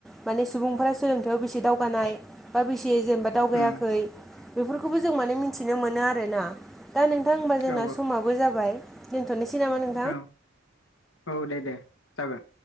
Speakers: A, in the centre; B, on the left.
A: माने सुबुंफोरा सोलोंथायाइयाव बेसे दावगानाय बा बेसे जेनेबा दावगायाखै
B: उम
A: बेफोरखौबो जों माने मिथिनो मोनो आरोना दा नोंथां होनबा जोंना
B: औ
A: समाबो जाबाय दोनथनोसै नामा नों
B: औ औ दे दे जागोन